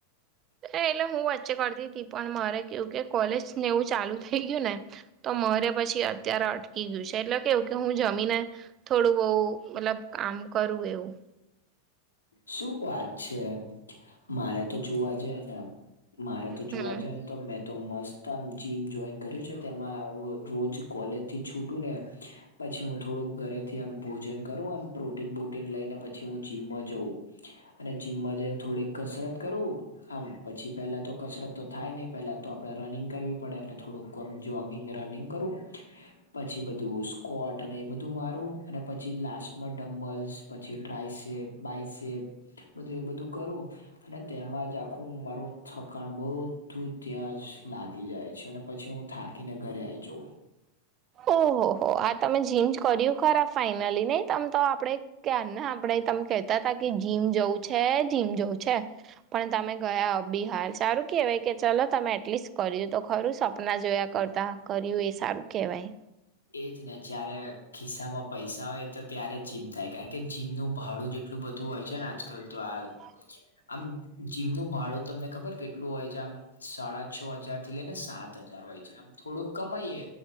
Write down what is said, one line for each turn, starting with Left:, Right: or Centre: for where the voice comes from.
Right: એટલે હું વચ્ચે કરતી હતી પણ મારે કેવું કે કોલેજને એવું ચાલુ થઈ ગયું ને. તો મરે પછી અત્યારે અટકી ગયું છે એટલે કેવું કે હું જમીને થોડું બહુ મતલબ આમ કરું એવું.
Left: શું વાત છે મારે તો જોવા જાયે ને. મારે તો
Right: હમ
Left: જોવા જઈએ ને તો મે તો મસ્ત આમ જીમ જોઈન કર્યું છે તેમાં હું રોજ કોલેજ થી છૂટું ને પછી હું થોડુંક ઘરે થી આમ ભોજન કરુંમ પ્રોટીન બોટીન લઈને પછી હું જીમમાં જઉ. અને જીમમાં જઈને થોડીક કસરત કરું. આમ પછી પેલા તો કસરત તો થાય ની પેલા તો આપડે રનિંગ કરવી પડે એટલે થોડુંક કોમ જોગિંગ રનિંગ કરું. પછી બધું સ્કોટ અને એ બધું મારું અને પછી લાસ્ટમાં ડમ્લ્સ પછી ટ્રાયસેપ બાયસેપ બધું એ બધું કરું અને તેમાં જ આખું મારું થકાણ બધું ત્યાં જ લાગી જાય છે અને પછી હું થાકીને ઘરે આઈ જઉ
Right: ઓહો હો હા તમે જીન્સ કર્યું ખરા ફાઈનલી નહી તમ તો પડે ક્યાં ને આપડે તમે કહેતા હતા કે જીમ જવું છે. થીમ જોવું છે પણ તમે ગયા બી હાલ સારું કેહેવાય કે ચલો તમે એટલીસ્ટ કર્યું તો ખરું સપના જોયા કરતા કર્યું એ સારું કેવાય.
Left: એજ ને જ્યારે ખિસ્સા માં પૈસા હોય તો ત્યારે જીમ થાય કારણ કે જીમનું ભાડું એટલું બધું હોય છે ને આજકાલ તો આ
Right: <inaudible>
Left: આમ જીમનું ભાડું તમને ખબર કેટલું હોય છે આમ સાડા છ હજાર થી લઈને સાત ત હજાર હોય છે આમ થોડુંક કમાઈએ